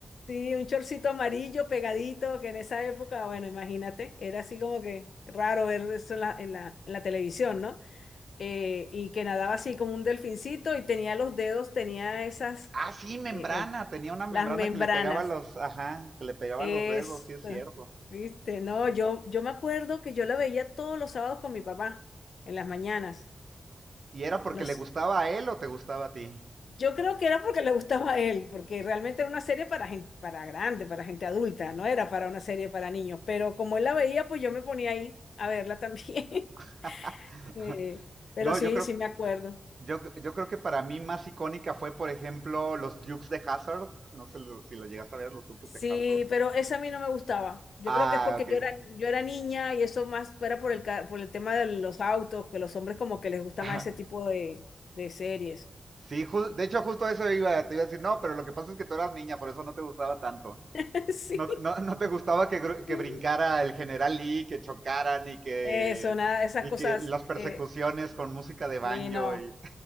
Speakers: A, on the left; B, on the right.
A: sí, un chorcito amarillo pegadito, que en esa época, bueno, imagínate, era así como que raro ver eso en la, en la, en la televisión, ¿no? eh, y que nadaba así como un delfincito y tenía los dedos, tenía esas,
B: Ah, sí, membrana.
A: eh, eh,
B: Tenía una membrana
A: las membranas.
B: que le pegaba a los, ajá, que le pegaba
A: Es,
B: a los dedos, sí es cierto.
A: ¿viste? No, yo, yo me acuerdo que yo la veía todos los sábados con mi papá, en las mañanas.
B: ¿Y era porque
A: Nos,
B: le gustaba a él o te gustaba a ti?
A: yo creo que era porque le gustaba a él, porque realmente era una serie para gente, para grande, para gente adulta, no era para una serie para niños, pero como él la veía, pues yo me ponía ahí a verla también.
B: <laughs>
A: <laughs> Eh, pero
B: No,
A: sí,
B: yo creo,
A: sí me acuerdo.
B: yo, yo creo que para mí más icónica fue, por ejemplo, los Dukes de Hazard. No sé lo- si lo llegaste a ver, los Dukes
A: Sí,
B: de Hazard.
A: pero esa a mí no me gustaba. Yo
B: Ah,
A: creo que es porque
B: ok.
A: yo era, yo era niña y eso más era por el, ca- por el tema de los autos, que los hombres como que les gusta
B: <laughs>
A: más ese tipo de, de series.
B: Sí, ju- de hecho, justo eso iba, te iba a decir, no, pero lo que pasa es que tú eras niña, por eso no te gustaba tanto.
A: <laughs> Sí.
B: No, no, no te gustaba que, gru- que
A: sí.
B: brincara el General Lee, que chocaran y que,
A: Eso, nada, esas
B: y
A: cosas.
B: que las persecuciones
A: eh,
B: con música de banjo
A: sí, no.
B: y